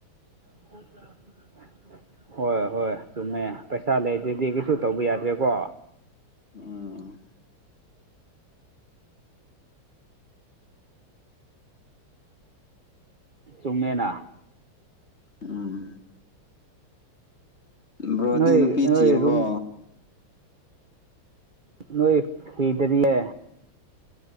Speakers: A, on the right (about 40°); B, on the left (about 30°).
A: <unintelligible> ꯍꯣꯏ ꯍꯣꯏ ꯆꯨꯝꯃꯦ ꯄꯩꯁꯥ ꯂꯩꯗꯗꯤ ꯀꯩꯁꯨ ꯇꯧꯕ ꯌꯥꯗ꯭ꯔꯦꯀꯣ
B: ꯎꯝ
A: ꯆꯨꯝꯃꯦꯅ
B: ꯎꯝ ꯕ꯭ꯔꯣꯗꯤ
A: ꯅꯣꯏ
B: ꯅꯨꯄꯤ
A: ꯅꯣꯏ
B: ꯊꯤꯔꯕꯣ
A: ꯔꯨꯝ ꯅꯣꯏ ꯊꯤꯗꯔꯤꯌꯦ